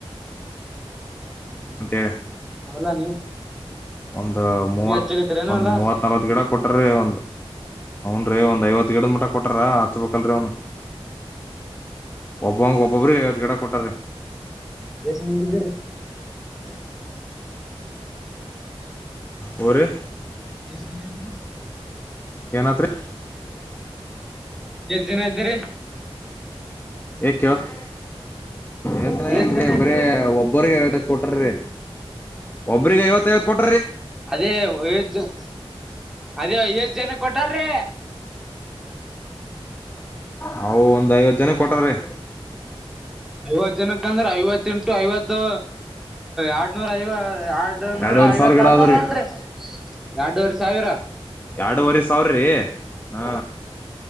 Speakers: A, in the centre; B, on the left.
A: ಹ್ಮ್ ಹ್ಮ್ ಹ್ಮ್
B: ಅಂತೇಳಿ
A: ಅವಲ್ಲಾ ನೀವ್
B: ಒಂದು
A: ಹಾ ಹಾ
B: ಮೂವತ್
A: ನೀವ್ ಹಚ್ಚಗತ್ತೀರೇನ
B: ಒಂದು
A: ಅಲ್ಲಾ
B: ಮೂವತ್ ನಲ್ವತ್ ಗಿಡ ಕೊಟ್ರೀ ಒಂದ್ ಹ್ನ್ ರೀ ಒಂದ್ ಐವತ್ ಗಿಡದ್ ಮಟ್ಟ ಕೊಟಾರ ಅಚ್ಬೇಕ್ ಕಲ್ರಿ ಅವ್ನ ಒಬ್ಬಂಗ ಒಬ್ಬೊಬ್ರಿ ಐವತ್ ಗಿಡ ಕೊಟ್ಟಾರ್ರಿ
A: ದೇಶ್ ಮುಂದಿದಿರಿ <unintelligible> ಹ್ಮ
B: ಹೋರಿ
A: ಎಷ್ಟ ದಿನ ಇದ್ರೀ
B: ಏನಾತ್ರಿ
A: ಎಷ್ಟ್ ಜನ ಇದ್ದೀರಿ
B: ಯೆ ಕೇಳ್ಸ್ ಯಸನ
A: ಎಷ್ಟ್
B: ಇಲ್ರಿ
A: ಜನ ಇದ್ದೀರಿ
B: ಬರೀ ಒಬ್ಬರಿಗೆ ಐವತ್ತ್ ಕೊಟ್ರೀ ಒಬ್ಬ್ರಿಗೆ ಐವತ್ತು ಐವತ್ತು ಕೊಟ್
A: ಅದೇ ಏಟ್ ಜನ್ ಅದೇ ಐವತ್ತ್ ಜನ ಕೊಟ್ಟಾರೀ
B: ಹವು ಒಂದ್ ಐವತ್ತು ಜನ ಕೊಟಾರ್ರೀ
A: ಐವತ್ ಜನಕ್ಕ ಅಂದ್ರೆ ಐವತ್ ಇಂಟು ಐವತ್ತು ಎರಡ್ನೂರ ಐವ ಎರ್ಡು ನೂರ
B: ಎರಡುವರೆ
A: ಐವತ್
B: ಸಾವಿರ ಗಿಡ
A: ಆತಾವಲ್ರಿ
B: ಅದ್ರಿ
A: ಎರಡುವರೆ ಸಾವಿರ
B: ಎರಡುವರೆ ಸಾವಿರ್ರೀ ಹಾ